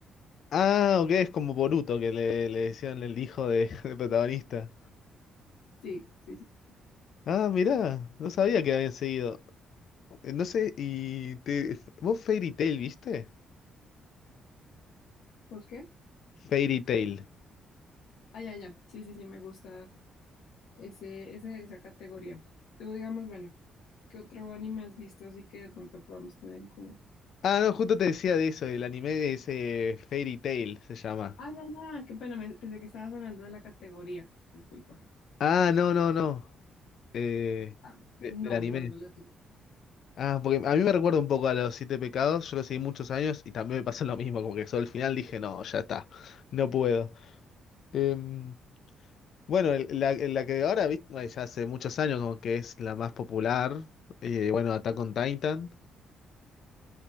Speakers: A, on the left (about 65°); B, on the left (about 80°).
A: Ah, ok, es como Boruto que le, le decían el hijo de, <laughs> del protagonista.
B: Sí, sí, sí.
A: Ah, mirá, no sabía que habían seguido. Eh, No sé, y te, ¿vos Fairy Tail viste?
B: ¿Pues qué?
A: Fairy Tail.
B: Ah, ya, ya. Sí, sí, sí, me gusta ese, ese, esa categoría. Tú digamos, bueno, ¿qué otro anime has visto así que de pronto podamos tener en común?
A: Ah, no, justo te decía de eso, el anime de ese Fairy Tail se llama.
B: Ah, ya, ya, qué pena, me- pensé que estabas hablando de la categoría. Disculpa.
A: Ah, no, no, no. eh,
B: Ah,
A: de-
B: No,
A: del anime.
B: no, no la he visto.
A: Ah, porque a mí me recuerda un poco a los Siete Pecados, yo lo seguí muchos años y también me pasó lo mismo, como que solo al final dije, no, ya está, no puedo. Em, Bueno, el- la, la que ahora, vi- bueno, ya hace muchos años como que es la más popular, eh, bueno, Attack on Titan,